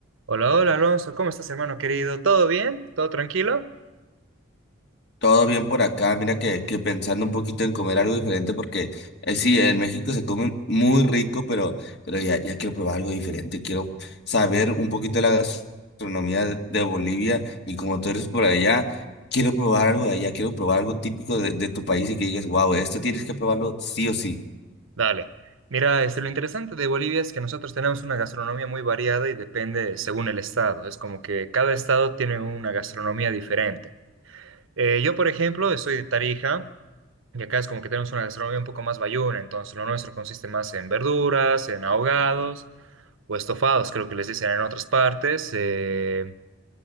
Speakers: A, on the right; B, on the left.
A: Hola, hola Alonso, ¿cómo estás hermano querido? ¿Todo bien? ¿Todo tranquilo?
B: Todo bien por acá, mira que, que pensando un poquito en comer algo diferente porque eh, sí, en México se come muy rico, pero, pero ya, ya quiero probar algo diferente, quiero saber un poquito de la gastronomía de, de Bolivia y como tú eres por allá, quiero probar algo de allá, quiero probar algo típico de, de tu país y que digas, wow, esto tienes que probarlo sí o sí.
A: Dale. Mira, este, lo interesante de Bolivia es que nosotros tenemos una gastronomía muy variada y depende según el estado. Es como que cada estado tiene una gastronomía diferente. Eh, yo, por ejemplo, soy de Tarija y acá es como que tenemos una gastronomía un poco más bayuna, entonces lo nuestro consiste más en verduras, en ahogados o estofados, creo que les dicen en otras partes. eh,